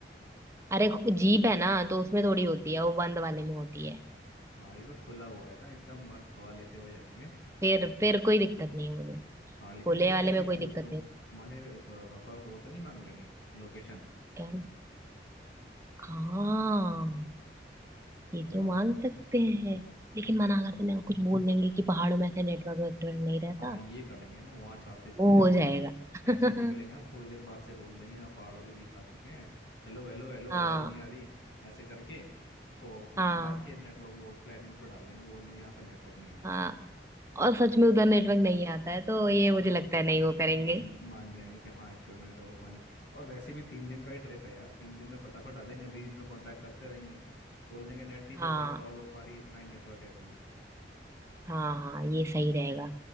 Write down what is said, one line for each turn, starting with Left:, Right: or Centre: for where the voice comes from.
Right: अरे जीप है ना तो उसमें थोड़ी होती है वो बंद वाले में होती है
Left: हाँ ये सब खुला हुआ है ना एकदम मस्त हवा लेते हुए जाएंगे
Right: फिर फिर कोई दिक्कत नहीं है मुझे
Left: हाँ लेकिन
Right: खुले
Left: मैं
Right: वाले
Left: ये चीज
Right: में कोई
Left: पूछ
Right: दिक्कत
Left: रहा हूँ
Right: नहीं
Left: तुम्हारे प- पापा वो तो नहीं मांग लेंगे लोकेशन
Right: क्या हाँ ये
Left: बताओ
Right: तो मांग
Left: ये-
Right: सकते हैं लेकिन मना कर देना कुछ बोल देंगे कि पहाड़ों में ऐसे नेटवर्क वेटवर्क नहीं रहता
Left: हाँ ये करेंगे ना वहाँ जाते ही थोड़ी
Right: वो
Left: जैसे
Right: हो जाएगा
Left: जब
Right: <laughs>
Left: जैसे ही निकलेंगे ना, थोड़ी देर बाद से बोल देंगे आप पहाड़ों के बीच आ चुके हैं हेलो हेलो हेलो
Right: हाँ
Left: आवाज़ नहीं आ रही है ऐसे करके फो, फोन
Right: हाँ
Left: काट के नेटवर्क वो फ्लाइट मोड पर डाल देंगे बोल देंगे यहाँ पे नेटवर्क नहीं आता
Right: हाँ और सच में उधर नेटवर्क नहीं आता है तो ये मुझे लगता है नहीं वो करेंगे
Left: हम्म, मान जाएंगे कि हाँ एक्चुअल में नेटवर्क होगा नहीं और वैसे भी तीन दिन का ही ट्रिप है यार तीन दिन में फटाफट आ जाएंगे बीच बीच में कांटेक्ट करते रहेंगे बोल देंगे नेट नहीं चल
Right: हाँ
Left: रहा कॉल हो पा रही इतना ही नेटवर्क ऐसे में
Right: हाँ हाँ ये
Left: हाँ
Right: सही रहेगा